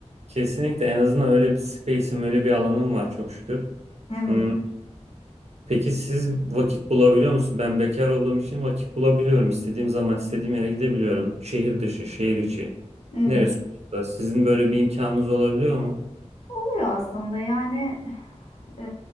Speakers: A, on the right; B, on the left.
A: Kesinlikle en azından öyle bir space'im, öyle bir alanım var çok şükür.
B: Evet,
A: Hmm, Peki siz vakit bulabiliyor musunuz? Ben bekar olduğum için vakit bulabiliyorum. İstediğim zaman istediğim yere gidebiliyorum. Şehir dışı, şehir içi.
B: evet.
A: Neresi olursa. Sizin böyle bir imkanınız olabiliyor mu?
B: Oluyor aslında yani e,